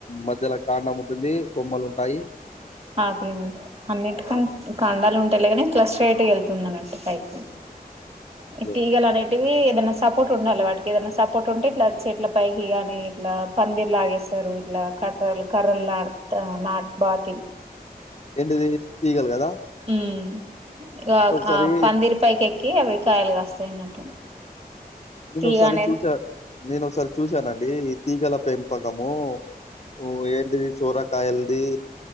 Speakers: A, on the left (about 45°); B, on the right (about 40°).
A: మధ్యలో కాండం ఉంటుంది కొమ్మలు ఉంటాయి
B: అకులు ఉంటాయి అన్నింటికీ
A: ఆ,
B: ఉంటా కాడాలు ఉంటాయి లేగానే ఇట్లా స్ట్రెయిట్ వెళ్తుంది అన్నట్టు పైకి
A: అదే
B: ఈ తీగలు అనేటివి ఏదన్నా సపోర్ట్ ఉండాలి వాటికి ఏదైనా సపోర్ట్ ఉంటే ఇట్లా చెట్ల పైకి గాని ఇట్లా పందిర్ లాగేస్తారు ఇట్లా క కర్రల్ కర్రలు లాగా నాట్ పాతి
A: ఏంటిది తీగలు కదా
B: ఉమ్ ఆ
A: నేను ఒకసారి
B: ఆ పందిరి పైకేకి కి అవి కాయలు కస్తాయి అన్నట్టు
A: నేను
B: తీగ
A: ఒకసారి
B: అనేది
A: చూసా నేను ఒకసారి చూసానండి. ఈ తీగల పెంపకము ఉమ్ ఏంటిది చోరకాయలది